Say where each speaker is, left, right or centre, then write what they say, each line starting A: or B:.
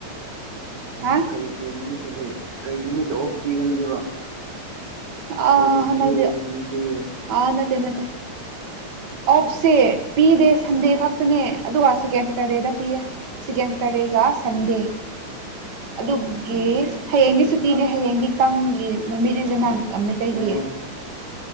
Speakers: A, on the right (about 40°); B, on the right (about 60°).
A: ꯍꯥ
B: ꯀꯩꯀꯩ ꯅꯨꯃꯤꯠꯇ ꯂꯩ ꯀꯩ ꯅꯨꯃꯤꯠꯇ ꯑꯣꯁ ꯄꯤꯔꯟꯒꯦꯕ
A: ꯑꯥ
B: ꯑꯣꯅꯤꯁꯦ
A: ꯍꯟꯗꯛꯇꯤ
B: ꯊꯟꯇꯦ
A: ꯑꯥ ꯅꯠꯇꯦ ꯅꯠꯇꯦ ꯑꯣꯞꯁꯦ ꯄꯤꯗꯦ ꯁꯟꯗꯦ ꯈꯛꯇꯅꯦ ꯑꯗꯨꯒ ꯁꯦꯀꯦꯟ ꯁꯦꯇꯔꯗꯦꯗ ꯄꯤꯌꯦ ꯁꯤꯀꯦꯟꯁ ꯇꯔꯒ ꯁꯟꯗꯦ
B: ꯎꯝ
A: ꯑꯗꯨꯒꯤ
B: ꯎꯝ
A: ꯍꯌꯦꯡꯗꯤ ꯁꯨꯇꯤꯅꯦ ꯍꯌꯦꯡꯗꯤ ꯀꯥꯡꯒꯤ ꯅꯨꯃꯤꯠ ꯅꯥ ꯃꯩꯇꯩꯒꯤ
B: ꯎꯝ